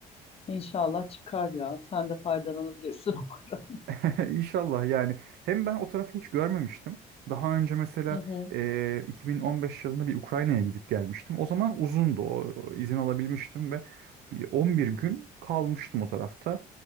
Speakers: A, on the left (about 35°); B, on the right (about 75°).
A: İnşallah çıkar ya. Sen de faydalanabilirsin <laughs> ama.
B: <laughs> İnşallah yani. Hem ben o tarafı hiç görmemiştim. Daha önce mesela
A: Hı hı.
B: e, 2015 yılında bir Ukrayna'ya gidip gelmiştim. O zaman uzundu o izin alabilmiştim ve 11 gün kalmıştım o tarafta.